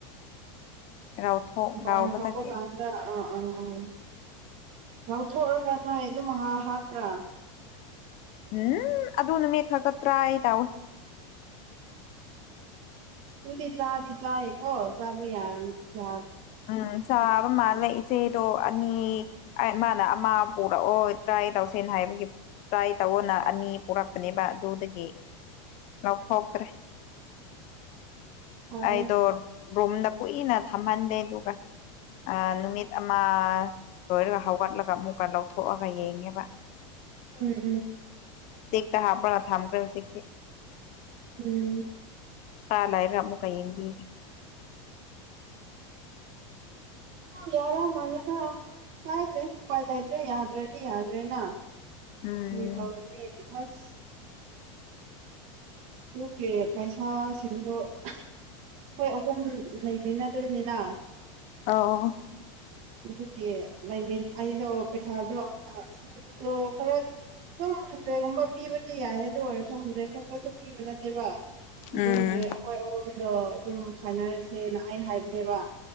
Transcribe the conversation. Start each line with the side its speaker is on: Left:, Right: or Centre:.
Left: ꯔꯥꯎꯊꯣꯛ
Right: ꯄ
Left: ꯔꯥꯎꯕꯗꯒꯤ
Right: ꯊꯄꯣ ꯀꯥꯟꯗ ꯑꯥ ꯑꯥ ꯑꯥ ꯂꯧꯎꯊꯣꯛꯑꯒ ꯅꯣꯏ ꯑꯗꯨꯝꯥ ꯍꯥꯞꯄ꯭ꯔꯥ
Left: ꯎꯝ ꯑꯗꯨ ꯅꯨꯃꯤꯠ ꯍꯥꯥꯀꯠꯇ꯭ꯔꯥ ꯑꯩ ꯇꯥꯎꯢ
Right: ꯎꯗꯤ ꯆꯥꯗꯤ ꯆꯥꯏꯀꯣ ꯆꯥꯕꯨ ꯌꯥ ꯌꯥ
Left: ꯎꯝ ꯆꯥꯕ ꯃꯥꯂ ꯏꯆꯦꯗꯣ ꯑꯅꯤ ꯃꯥꯅ ꯑꯃ ꯄꯨꯔꯛꯑꯣ ꯇ꯭ꯔꯥꯏ ꯇꯧꯁꯦꯅ ꯍꯥꯏꯕꯒꯤ ꯇ꯭ꯔꯥꯏ ꯇꯧꯑꯣꯅ ꯑꯅꯤ ꯄꯨꯔꯛꯄꯅꯦꯕ ꯑꯗꯨꯗꯒꯤ ꯂꯧꯊꯣꯛ ꯇꯔꯦ
Right: ꯐꯔꯦ
Left: ꯑꯩꯗꯣ ꯔꯨꯝꯝꯗ ꯀꯨꯏꯅ ꯊꯝꯍꯟꯗꯦ ꯑꯗꯨꯒ ꯅꯨꯃꯤꯠ ꯑꯃ ꯂꯣꯏꯔꯒ ꯍꯧꯒꯠꯂꯒ ꯑꯃꯨꯛꯀ ꯂꯧꯊꯣꯛꯑꯒ ꯌꯦꯡꯉꯦꯕ
Right: ꯎꯝ ꯎꯝ
Left: ꯇ ꯍꯥꯕ ꯊꯝ ꯀ ꯁ
Right: ꯎꯝ
Left: ꯍꯜ ꯂꯩꯔꯒ ꯑꯃꯨꯛ ꯀ ꯌꯦꯡꯕꯤꯒꯦ
Right: ꯌꯥꯔ ꯃꯥꯂꯗ ꯍꯥꯏꯗ꯭ꯔꯦ ꯎꯄꯥꯏ ꯂꯩꯇ꯭ꯔꯦ ꯌꯥꯗ꯭ꯔꯗꯤ ꯌꯥꯗ꯭ꯔꯦꯅ
Left: ꯎꯝ
Right: <unintelligible> ꯍꯁ ꯑꯗꯨꯒꯤ ꯄꯩꯁꯥꯁꯤꯡꯗꯨ ꯑꯩꯈꯣꯏ ꯑꯍꯨꯝ ꯂꯩꯃꯤꯅꯗꯣꯏꯅꯤꯅ
Left: ꯑꯧ
Right: ꯑꯗꯨꯒꯤ ꯂꯩꯃꯤ ꯑꯩꯅꯣ ꯄꯩꯁꯥꯗꯣ ꯑ ꯈꯔ ꯑꯗꯨꯝ ꯍꯟꯗ꯭ꯔꯦꯠꯀꯨꯝꯕ ꯄꯤꯕꯗꯤ ꯌꯥꯏ ꯑꯗꯨ ꯑꯣꯏꯔꯁꯨ ꯍꯟꯗ꯭ꯔꯦꯗ ꯈꯛꯇꯁꯨ ꯕꯖ ꯍꯥꯏꯕ ꯑꯗꯨꯒꯤ
Left: ꯎꯝ
Right: ꯑꯩꯈꯣꯏ ꯑꯍꯨꯝꯗ ꯑꯗꯨꯝ ꯈꯥꯏꯅꯔꯁꯦꯅ ꯑꯩ ꯍꯥꯏꯕꯅꯦꯕ